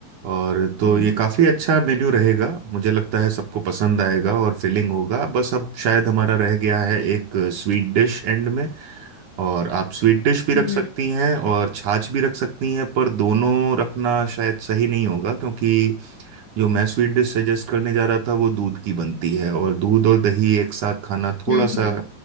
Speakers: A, on the right; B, on the left.
A: और तो
B: हम्म
A: ये काफ़ी अच्छा मेन्यू रहेगा मुझे लगता है सबको पसंद आएगा और फिलिंग होगा बस अब शायद हमारा रह गया है एक स्वीट डिश एंड में और आप स्वीट डिश भी रख
B: हम्म
A: सकती हैं और छाछ भी रख सकती हैं पर दोनों रखना शायद सही नहीं होगा क्योंकि जो मैं स्वीट डिश सजेस्ट करने जा रहा था वो दूध की बनती है और दूध और दही एक साथ खाना थोड़ा
B: हम्म
A: सा
B: हम्म